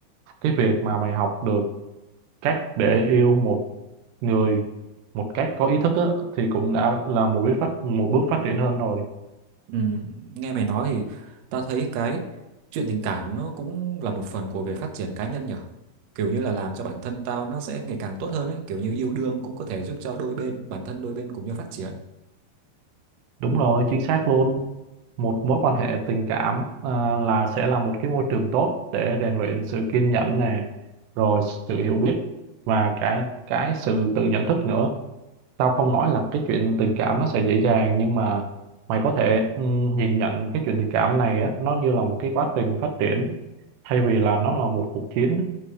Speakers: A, on the right; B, on the right.
A: cái việc mà mày học được cách để yêu một người một cách có ý thức á, thì cũng đã là một bước phát một bước phát triển hơn rồi
B: Ừm, nghe mày nói thì tao thấy cái chuyện tình cảm nó cũng là một phần của việc phát triển cá nhân nhở. Kiểu như là làm cho bản thân tao nó sẽ ngày càng tốt hơn ấy. Kiểu như yêu đương cũng có thể giúp cho đôi bên, bản thân đôi bên cùng nhau phát triển
A: đúng rồi chính xác luôn một mối quan hệ tình cảm à, là sẽ là một cái môi trường tốt để rèn luyện sự kiên nhẫn nè rồi sự hiểu biết và cả cái sự tự nhận thức nữa tao không nói là cái chuyện tình cảm nó sẽ dễ dàng nhưng mà mày có thể ừm, nhìn nhận cái chuyện tình cảm này á, nó như là một cái quá trình phát triển thay vì là nó là một cuộc chiến